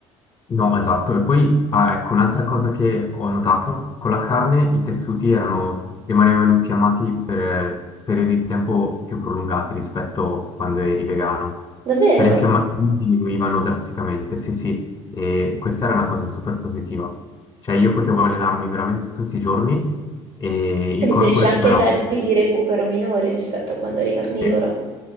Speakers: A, on the left; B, on the right.
A: No, esatto. E poi, ah, ecco, un'altra cosa che ho notato, con la carne i tessuti erano, rimanevano infiammati per periodi di tempo più prolungati rispetto a quando eri vegano.
B: Davvero?
A: Cioè le infiammazioni diminuivano drasticamente, sì sì, e questa era una cosa super positiva. Cioè io potevo allenarmi veramente tutti i giorni e il
B: Quindi
A: corpo
B: tu dici
A: recuperava.
B: anche tempi di recupero minori rispetto a quando eri carnivoro.
A: Sì,